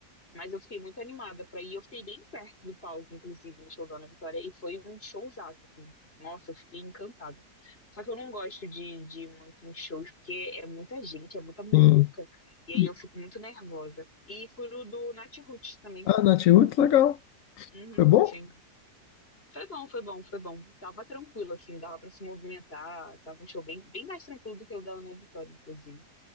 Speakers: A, on the left; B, on the left.
A: Mas eu fiquei muito animada pra ir. Eu fiquei bem perto do palco, inclusive, no show da Ana Vitória. E foi um showzaço, assim. Nossa, eu fiquei encantada. Só que eu não gosto de, de ir muito em shows, porque é muita gente, é muita muvuca.
B: Sim.
A: E aí
B: E
A: eu fico muito nervosa. E fui no do Nath Roots também.
B: a Nath Roots, legal.
A: Uhum,
B: Foi bom?
A: sim. Foi bom, foi bom, foi bom. Tava tranquilo, assim, dava pra se movimentar. Tava um show bem, bem mais tranquilo do que o da Ana Vitória, inclusive.